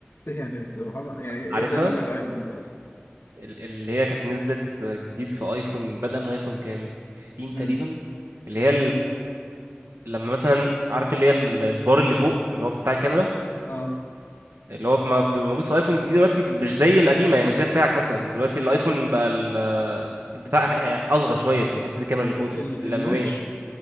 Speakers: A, on the left (about 65°); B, on the right (about 75°).
A: يعني سبحان الله يعني ايه
B: عارفها
A: الديناميك ايلاند دي اصلا
B: ال- اللي هي كانت نزلت جديد في ايفون بدأ من ايفون كام 15
A: امم
B: تقريبا اللي هي لما مثلا عارف اللي هي ال- البار اللي فوق اللي هو بتاع الكاميرا
A: اه
B: اللي هو ما- بيبقى موجود في الايفون الجديد دلوقتي مش زي القديمه يعني مش زي بتاعك مثلا دلوقتي الايفون بقى ال- البتاع اصغر شويه في حته الكاميرا اللي
A: ال...
B: فوق دي الاماميه
A: النوتش